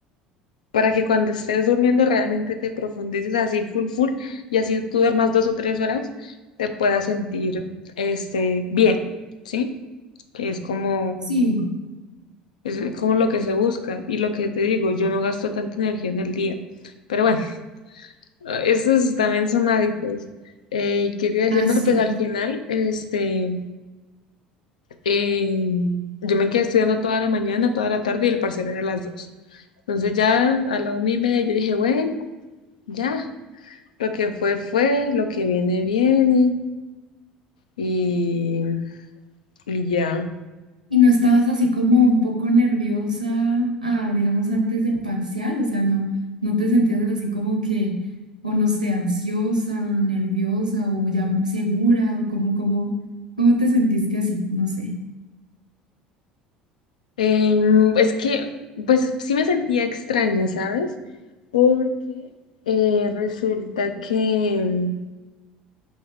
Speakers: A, on the left; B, on the right.
A: para que cuando estés durmiendo realmente te profundices así full full y así tú duermas dos o tres horas te puedas sentir este bien, ¿sí? Que es como,
B: Sí,
A: es como lo que se busca y lo que te digo, yo no gasto tanta energía en el día. Pero bueno, eh, esos también son hábitos. Eh, ¿qué te iba a decir?
B: así.
A: No, pues al final, este... Eh, yo me quedé estudiando toda la mañana, toda la tarde y el parcial era a las dos. Entonces ya a la una y media yo dije, bueno, ya, lo que fue fue, lo que viene viene y, y ya.
B: ¿Y no estabas así como un poco nerviosa, ah, digamos, antes del parcial? O sea, no, no te sentías así como que, o no sé, ansiosa, nerviosa o ya segura, o como, como, ¿cómo te sentiste así? No sé.
A: Em, es que, pues sí me sentía extraña, ¿sabes? Porque eh, resulta que,